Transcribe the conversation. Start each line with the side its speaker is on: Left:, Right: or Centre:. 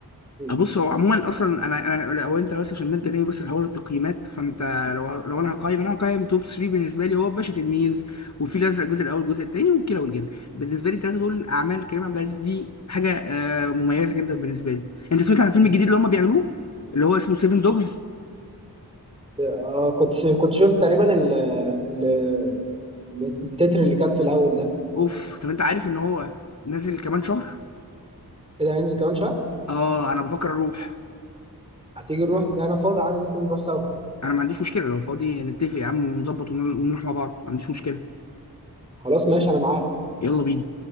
Right: م.
Left: آه، بص هو عموما اصلا انا انا لو انت بس عشان نرجع تاني بس لحوار التقييمات فانت لو لو انا هقيم انا هقيم توب 3 بالنسبه لي هو باشا تلميذ وفي الازرق الجزء الاول والجزء الثاني وكيرة والجن بالنسبه لي الثلاثه دول اعمال كريم عبد العزيز دي حاجه آه، مميزه جدا بالنسبه لي انت سمعت عن الفيلم
Right: م.
Left: الجديد اللي هم بيعملوه اللي هو اسمه سيفن دوجز
Right: آه كنت كنت شفت تقريبا ال ال- التتر اللي كان في الاول ده
Left: اوف طب انت عارف ان هو نازل كمان شهر
Right: ايه ده هينزل كمان شهر
Left: اه انا بفكر اروح
Right: هتيجي نروح انا فاضي عادي ممكن نروح سوا
Left: انا ما عنديش مشكله لو فاضي نتفق يا عم ونظبط ون- ونروح مع بعض ما عنديش مشكله
Right: خلاص ماشي انا معاك
Left: يلا بينا